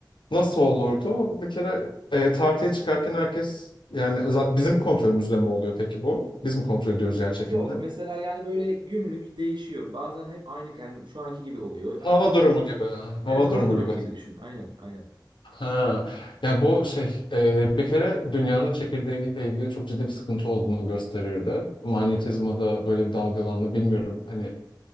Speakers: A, on the left (about 90°); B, on the right (about 75°).
A: nasıl olurdu? Bir kere e, tartıya çıkarken herkes yani za- bizim kontrolümüzde mi oluyor peki bu? Biz mi kontrol ediyoruz yer çekimini?
B: Yok mesela yani böyle günlük değişiyor. Bazen hep aynı yani şu anki gibi oluyor. Ertesi-
A: Hava durumu gibi. Hava
B: evet hava
A: durumu
B: durumu
A: gibi.
B: gibi düşün. Aynen aynen.
A: Ha. Yani bu şey e, bir kere dünyanın çekirdeğiyle ilgili çok ciddi bir sıkıntı olduğunu gösterirdi. Manyetizmada böyle bir dalgalanma bilmiyorum. Hani